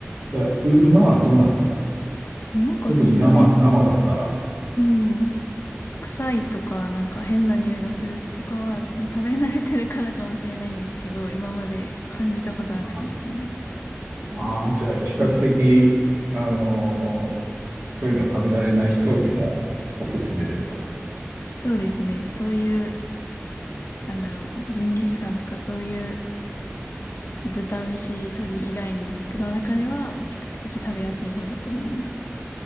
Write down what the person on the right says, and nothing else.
だからう、馬はどうなんですか
特に生、生だったら。
ああー、じゃあ、比較的、
あのーそういうの食べ慣れない人にもおすすめですか